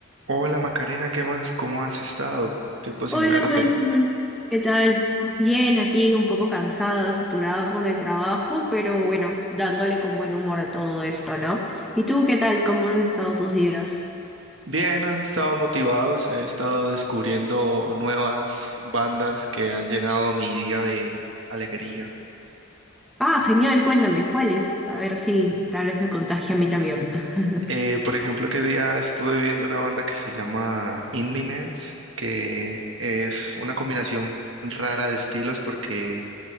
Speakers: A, on the right; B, in the centre.
A: Hola Macarena, ¿qué más? ¿Cómo has estado? Tiempo sin
B: Hola
A: verte.
B: Michael, ¿qué tal? Bien, aquí un poco cansada, saturada con el trabajo, pero bueno, dándole con buen humor a todo esto, ¿no? ¿Y tú qué tal? ¿Cómo han estado tus días?
A: Bien, han estado motivados, he estado descubriendo nuevas bandas que han llenado mi día de alegría.
B: Ah, genial, cuéntame, ¿cuáles? A ver si tal vez me contagie a mí también. <laughs>
A: Eh, por ejemplo, que día estuve viendo una banda que se llama Inminence, que es una combinación rara de estilos porque